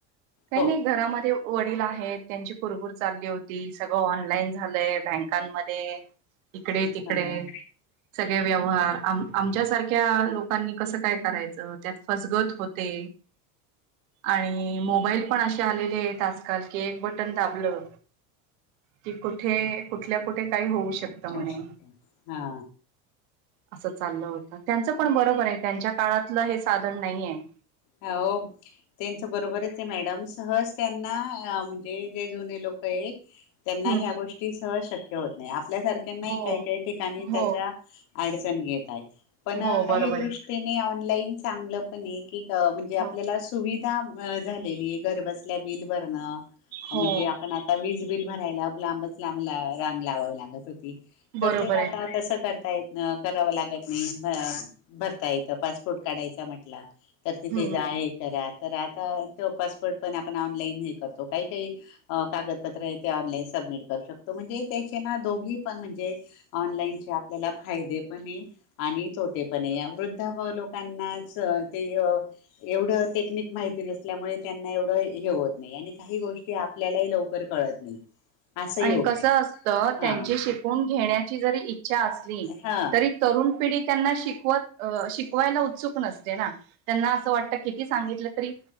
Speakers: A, on the right; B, on the left.
A: काही
B: हो
A: नाही घरा म... वडील आहेत. त्यांची कुरकूर चालली होती, सगळं ऑनलाईन झालंय, बँकांमध्ये. तिकडे, तिकडे.
B: हा
A: सगळे व्यवहार, आम आमच्यासारख्या लोकांनी कसं काय करायचं? त्यात, फसगत होते. आणि, मो.. मोबाईल पण, असे आलेले आहेत आजकाल की, एक बटन दाबलं! कि, कुठे कुठल्या कुठे काय? होऊ! शकतं म्हणे
B: अा हा!
A: असं चाललं होत त्यांचं, पण बरोबर आहे. त्यांच्या काळातलं हे साधन नाही आहे.
B: हो त्यांच बरोबर आहे ते मॅडम्स सहज त्यांना म्हणजे जे जुने लोक आहे त्यांना
A: हम्म
B: या्या गोष्टी सहज शक्य होत नाही आपल्यासारख्यांनाही
A: हो
B: काही काही ठिकाणी
A: हो
B: त्याच्या अडचण घेत आहे पण
A: हो
B: काही
A: बरोबर
B: दृष्टीने
A: आहे
B: ऑनलाईन चांगलं पण क म्हणजे आपल्याला
A: हो
B: सुविधा झालेली आहे घरबसल्या बिल भरणं
A: हो
B: म्हणजे आपण आता वीज बिल भरायला लांबच लांब रांग लावावी लागत होती
A: बरोबर
B: तर ते
A: आहे
B: आता तसं करता येत अ कराव लागत नाही भरता येतं पासपोर्ट काढायचा म्हटलं तर तिथे
A: हम्म
B: जा आहे करत तर आता तो पासवर्ड पण आपण ऑनलाईन हे करतो काही काही कागदपत्र आहे ते ऑनलाईन स समट करू शकतो म्हणजे त्याचे ना दोघी पण म्हणजे ऑनलाईनचे आपल्याला फायदे पण आहे आणि तोटेपणे या वृद्धा व लोकांनाच ते व टिक माहिती नल्यामुळे त्यांना एव हे होत नाही काही गोष्टी आपल्या काळत नाही असंही
A: आणि
B: होत
A: कस असत
B: हा
A: त्यांची शिकून घेण्याची जरी इचछा असली
B: हा
A: तरी तरुण पिढी त्यांना शिकवत अ शिकवायला उत्सुक नसते त्यांना असं वाटत किती सांगितलं तरी